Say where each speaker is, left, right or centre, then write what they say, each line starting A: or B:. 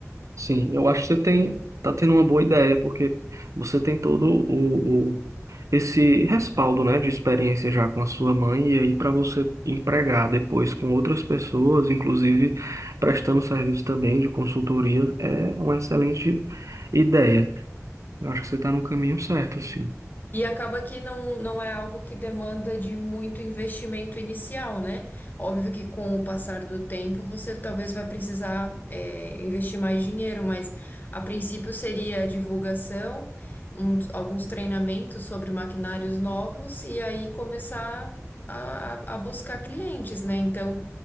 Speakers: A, on the right; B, on the left.
A: Sim, eu acho que você tem, tá tendo uma boa ideia, porque você tem todo o, o- esse respaldo, né, de experiência já com a sua mãe, e aí para você empregar depois com outras pessoas, inclusive prestando serviço também de consultoria, é uma excelente ideia. Eu acho que você está no caminho certo, sim.
B: E acaba que não, não é algo que demanda de muito investimento inicial, né? Óbvio que com o passar do tempo você talvez vai precisar, é, investir mais dinheiro, mas a princípio seria divulgação, uns- alguns treinamentos sobre maquinários novos e aí começar a, a- a buscar clientes, né? Então,